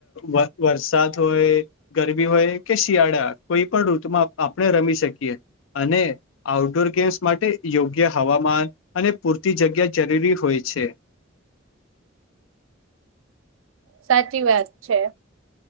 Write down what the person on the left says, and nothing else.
વા વરસાદ હોય ગરમી હોય કે શિયાળા કોઈ પણ ઋતુમાં આપણે રમી શકીએ અને આઉટડોર ગેમ્સ માટે યોગ્ય હવામાન અને પૂર જગ્યા જરૂરી હોય છે